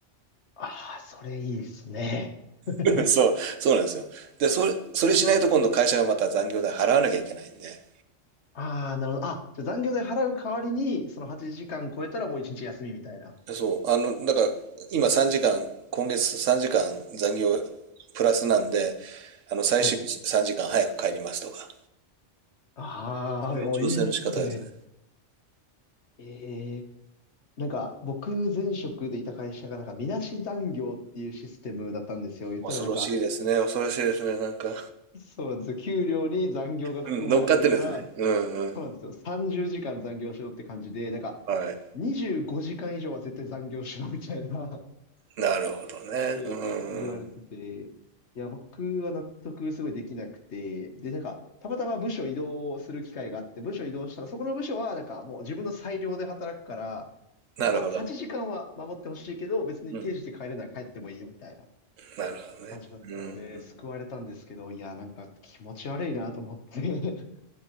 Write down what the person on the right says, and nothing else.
ね。<laughs> そう、そうなんですよ。で、それ、それしないと今度会社がまた残業代払わなきゃいけないんで、
でそう、あの、だから今3時間、今月3時間残業プラスなんで、あの、最終日3時間早く帰りますとか、
そういう調整の仕方ですね。
恐ろしいですね、恐ろしいですね、なんか。
うん、乗っかってるんですね。うんうん。
はい。
なるほどね。
うんうん。
なるほど。
うん。なるほどね。
うん。